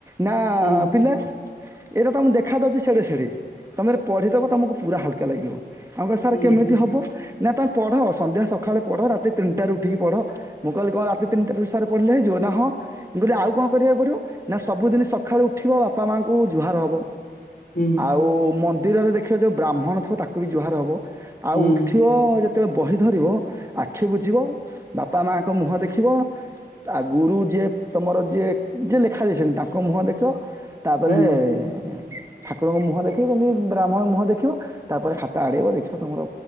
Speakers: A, on the right; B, on the left.
A: ନା-ଆ-ଆ
B: ହୁଁ
A: ପିଲା ଏଇଟା ତମକୁ ଦେଖା ଦଉଛି ସେଡେ ସେଡେ ତମେ <inaudible> ପଢିଦବ ତମକୁ ପୁରା ହାଲକା ଲାଗିବ। ଆମେ କହି <inaudible> ସାର୍
B: ହୁଁ
A: କେମିତି
B: ହୁଁ
A: ହବ ନା ତମେ ପଢ ସନ୍ଧ୍ୟା ସଖାଳେ ରାତି ତିନଟାରୁ ଉଠିକି ପଢ, ମୁଁ କହିଲି କଣ ରାତି ତିନଟାରୁ ସାର ପଢିଲେ ହେଇଯିବ? ନା ହଁ, ମୁଁ କହିଲି ଆଉ କଣ କରିବାକୁ ପଡିବ, ନା ସବୁଦିନି ସକାଳୁ ଉଠିବ ବାପାମାଆଙ୍କୁ ଜୁହାର ହବ।
B: ହୁଁ
A: ଆଉ ମନ୍ଦିରରେ ଦେଖିବ ଯୋଉ ବ୍ରାହ୍ମଣ ଥିବ ତାକୁ ବି ଜୁହାର ହବ ଆଉ
B: ହୁଁ
A: ଉଠି <inaudible> ଯେତେବେଳେ ବହି ଧରିବ ଆଖି ବୁଜିବ ବାପାମାଙ୍କ ମୁହଁ ଦେଖିବ ତା ଗୁରୁ ଯିଏ ତମର ଯିଏ, ଯିଏ ଲେଖାଦେଇଛନ୍ତି ତାଙ୍କ ମୁହଁ ଦେଖିବ ତାପରେଏ-ଏ-ଏ-ଏ
B: ହୁଁ
A: ଠାକୁରଙ୍କ ମୁହଁ ଦେଖ୍ <inaudible> ବ୍ରାହ୍ମଣ ମୁହଁ ଦେଖିବ ତାପରେ ଖାତା ଆଡେଇବ ଦେଖିବ ତମର